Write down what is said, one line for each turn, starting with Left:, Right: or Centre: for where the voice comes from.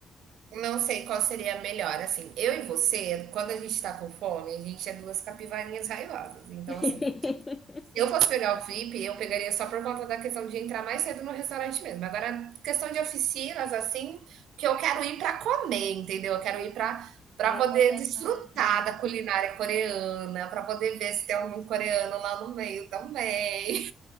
Right: não sei qual seria a melhor. Assim, eu e você, quando a gente tá com fome, a gente é duas capivarinhas raivosas. Então,
Left: <laughs>
Right: assim, Se eu fosse pegar o Flip, eu pegaria só por conta da questão de entrar mais cedo no restaurante mesmo. Agora, questão de oficinas, assim, porque eu quero ir para comer, entendeu? Eu quero ir para para
Left: Ah,
Right: poder desfrutar
Left: hum.
Right: da culinária coreana, para poder ver se tem algum coreano lá no meio também.